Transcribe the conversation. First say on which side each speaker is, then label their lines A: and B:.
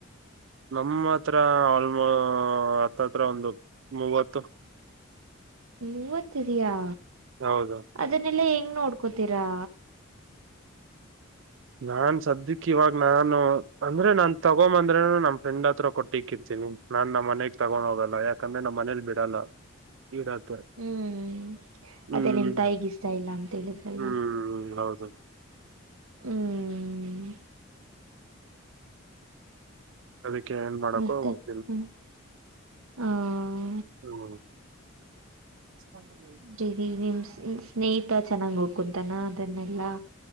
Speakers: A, on the right; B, on the right.
A: ನಮ್ಮ ಹತ್ರ ಆಲ್ಮೋ ಹತ್ತತ್ರ ಒಂದು ಮೂವತ್ತು.
B: ಮೂವತ್ ಇದಿಯಾ
A: ಹೌದು
B: ಅದನ್ನೆಲ್ಲಾ ಹೆಂಗ್ ನೋಡ್ಕೋತೀರಾ.
A: ನಾನ್ ಸದ್ಯಕ್ ಇವಾಗ ನಾನು ಅಂದ್ರೆ ನಾನ್ ತಗೊಂಬಂದ್ರನು ನಮ ಫ್ರೆಂಡ್ ಹತ್ರ ಕೊಟ್ಟಿಕ್ಕಿರ್ತೀನಿ. ನಾನ್ ನಮ್ಮ್ನೆಗ್ ತಗೊಂಡ್ ಹೋಗಲ್ಲ ಯಾಕಂದ್ರೆ ನಮ್ಮ ಮನೇಲಿ ಬಿಡಲ್ಲ. ಈಗತ್ವಾ
B: ಹ್ಮ್
A: ಹ್ಮ್
B: ಅದೇ ನಿಮ್ ತಾಯಿಗ ಇಷ್ಟ ಇಲ್ಲ ಅಂತ ಹೇಳಿದ್ರಲ್ವಾ
A: ಹ್ಮ್ ಹೌದು. <unintelligible>
B: ಹ್ಮ್
A: ಅದಕ್ಕೆ ಏನ್ ಮಾಡಕ್ಕೋ
B: ಮತ್ತೆ
A: ಹೋಗ್ತಿಲ್ಲ
B: ಹ ಹ.
A: ಹ್ಮ್ ಹ್ಮ್
B: ಬಿಡಿ ನಿಮ್ ನಿಮ್ ಸ್ನೇಹಿತ ಚೆನ್ನಾಗಿ ಹೋಗ್ಕಂತಾನ ಅದನ್ನೆಲ್ಲಾ.